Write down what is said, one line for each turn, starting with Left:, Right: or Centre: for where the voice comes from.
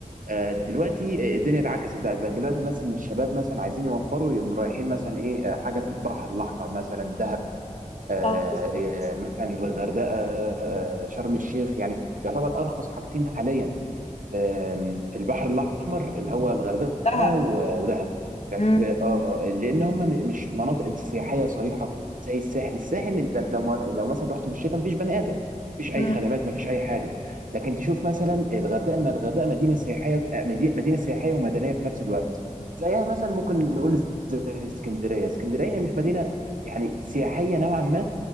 Right: آه، دلوقتي آه، الدنيا اتعكست بقى بقى دلوقتي الناس الشباب مثلا عايزين يوفروا يقوم رايحين مثلا إيه آه، حاجة في البحر الأحمر مثلا دهب آه،
Left: اه بالظبط
Right: آه، مثلا الغردقة آه، شرم الشيخ يعني يعتبر أرخص حاجتين حاليا آم، في البحر الأحمر اللي هو الغردقة
Left: دهب
Right: و- ودهب يعت-
Left: مم.
Right: اه آه، لأن هم م- مش مناطق سياحية صريحة زي الساحل الساحل أنت لو مر... لو مثلا رحت في الشتاء مفيش بني آدم مفيش
Left: مم.
Right: أي خدمات مفيش أي حاجة لكن تشوف مثلا الغردقة الم- الغردقة مدينة سياحية آه، مدي- مدينة سياحية ومدنية في نفس الوقت زيها مثلا ممكن نقول زي اسكندرية اسكندرية هي مش مدينة يعني سياحية نوعا ما